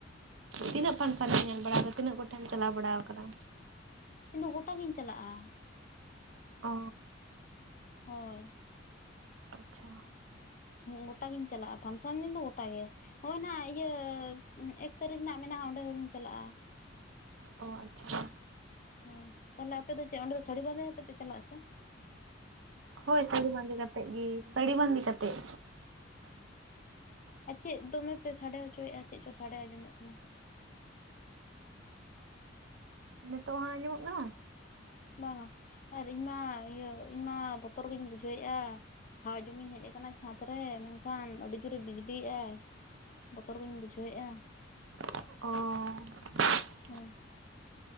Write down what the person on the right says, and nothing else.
ᱛᱤᱱᱟᱹᱜ ᱯᱷᱟᱱᱥᱟᱞᱮᱢ ᱧᱮᱞ ᱵᱟᱲᱟ ᱟᱱᱟᱫᱟ ᱛᱤᱱᱟᱹᱜ ᱜᱚᱴᱷᱮᱱ ᱪᱟᱞᱟᱣ ᱵᱟᱲᱟ ᱟᱠᱟᱱᱟ?
ᱚ
ᱟᱪᱪᱷᱟ
ᱚ ᱟᱪᱪᱷᱟ
ᱦᱳᱭ ᱥᱟᱹᱲᱤ ᱵᱟᱸᱫᱮ ᱠᱟᱛᱮᱫ ᱜᱮ ᱥᱟᱹᱲᱤ ᱵᱟᱸᱫᱮ ᱠᱟᱛᱮᱫ᱾
ᱱᱤᱛᱚᱜ ᱦᱚᱸ ᱟᱸᱡᱚᱢᱚᱜ ᱠᱟᱱᱟ?
ᱚ